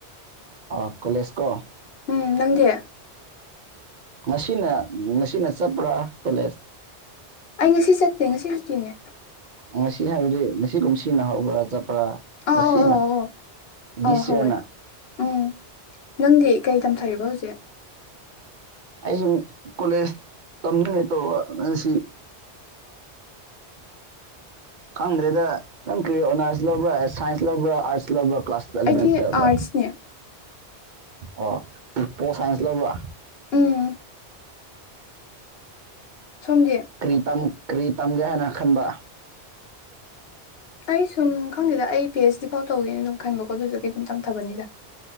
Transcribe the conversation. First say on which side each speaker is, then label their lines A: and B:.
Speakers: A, on the right (about 55°); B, on the left (about 65°).
A: ꯑꯣ ꯀꯣꯂꯦꯖ ꯀꯣ
B: ꯎꯝ ꯅꯪꯗꯤ
A: ꯉꯁꯤꯅ ꯉꯁꯤꯅ ꯆꯠꯄ꯭ꯔꯥ ꯀꯣꯂꯦꯖ
B: ꯑꯩ ꯉꯁꯤ ꯆꯠꯇꯦ ꯉꯁꯤ ꯆꯠꯇꯤꯅꯦ
A: ꯉꯁꯤ ꯍꯥꯏꯕꯗꯤ ꯉꯒꯨꯝ ꯁꯤꯅꯍꯧꯕ꯭ꯔꯥ ꯆꯠꯄ ꯥ
B: ꯑꯧ
A: ꯉꯁꯤꯅ
B: ꯑꯧ ꯑꯧ ꯑꯧ
A: ꯗꯤꯁ
B: ꯑꯧ ꯍꯧꯋꯦ
A: ꯏꯔꯅ
B: ꯎꯝ ꯅꯪꯗꯤ ꯀꯩ ꯇꯝꯊꯔꯤꯕ ꯍꯧꯖꯤꯛ
A: ꯑꯩꯁꯨ ꯀꯣꯂꯦꯖ ꯇꯝꯃꯤꯅꯦꯠꯇꯣꯁꯤ ꯈꯪꯗ꯭ꯔꯦꯗ ꯅꯪ ꯀꯔꯤ ꯑꯣꯅꯔꯁ ꯂꯧꯕ꯭ꯔꯥ ꯁꯥꯏꯟꯁ ꯂꯧꯕ꯭ꯔꯥ ꯑꯔꯠꯁ ꯂꯧꯕ꯭ꯔꯥ ꯀ꯭ꯂꯥꯁ ꯑꯦꯂꯚꯦꯟ
B: ꯑꯩꯗꯤ
A: ꯇꯨꯋꯦꯜꯗ
B: ꯑꯥꯔꯠꯁꯅꯦ
A: ꯑꯣ ꯄꯣ ꯁꯥꯏꯟꯁ ꯂꯧꯕ꯭ꯔꯥ
B: ꯎꯝ ꯁꯣꯝꯗꯤ
A: ꯀ꯭ꯔꯤ ꯀ꯭ꯔꯤꯇꯝꯒ ꯍꯥꯏꯅ ꯈꯟꯕ
B: ꯑꯩ ꯁꯨꯝ ꯈꯪꯗꯦꯗ ꯑꯩ ꯄꯤ ꯑꯩꯆ ꯗꯤ ꯐꯥꯎ ꯇꯧꯒꯦꯅ ꯑꯗꯨꯝ ꯈꯟꯕꯀꯣ ꯑꯗꯨꯁꯨ ꯀ ꯑꯗꯨꯝ ꯇꯝꯊꯕꯅꯤꯗ